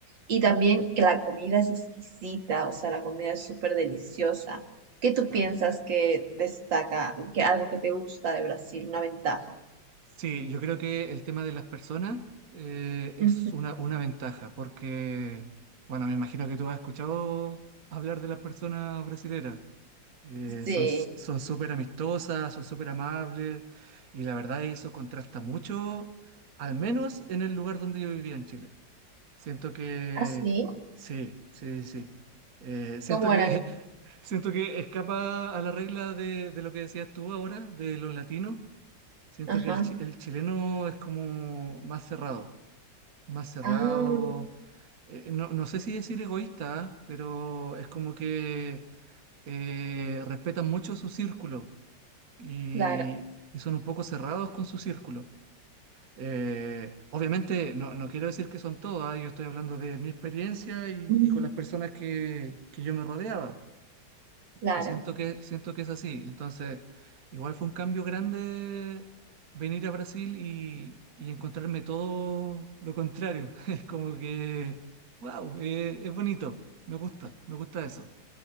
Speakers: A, on the right (about 80°); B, on the right (about 50°).
A: Y también que la comida es exquisita, o sea, la comida es súper deliciosa. ¿Qué tú piensas que destaca, que algo que te gusta de Brasil, una ventaja?
B: Sí, yo creo que el tema de las personas eh, es
A: Ujú.
B: una, una ventaja, porque, bueno, me imagino que tú has escuchado hablar de las personas brasileras. Eh,
A: Sí,
B: son, son súper amistosas, son súper amables, y la verdad eso contrasta mucho, al menos en el lugar donde yo vivía en Chile. Siento que
A: así,
B: sí, sí, sí. sí. Eh, siento
A: ¿cómo
B: que
A: eran?
B: <laughs> siento que escapa a la regla de, de lo que decías tú ahora, de los latinos. Siento
A: Ajá,
B: que el, chi- el chileno es como más cerrado, más cerrado.
A: ah,
B: Eh, no, no sé si decir egoísta, ¿ah? pero es como que eh, respetan mucho su círculo y,
A: claro,
B: y son un poco cerrados con su círculo. Eh, obviamente no, no quiero decir que son todas, yo estoy hablando de mi experiencia y,
A: <laughs>
B: y con las personas que, que yo me rodeaba,
A: claro.
B: que siento que, siento que es así. Entonces, igual fue un cambio grande venir a Brasil y, y encontrarme todo lo contrario. <laughs> Es como que, wow, eh, es bonito, me gusta, me gusta eso.